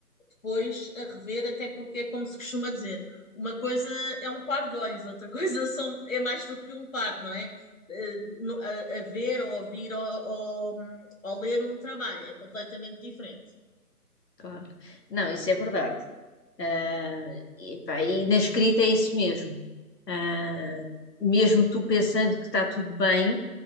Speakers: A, on the left; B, on the left.
A: depois a rever, até porque é como se costuma dizer, uma coisa é um par de olhos, outra <laughs> coisa são, é mais do que um par, não é? Eh, no- A, a ver, ou ouvir, ou, ou, ou ler um trabalho é completamente diferente.
B: Claro. Não, isso é verdade. Ah, e, pá, e na escrita é isso mesmo. Ah, mesmo tu pensando que está tudo bem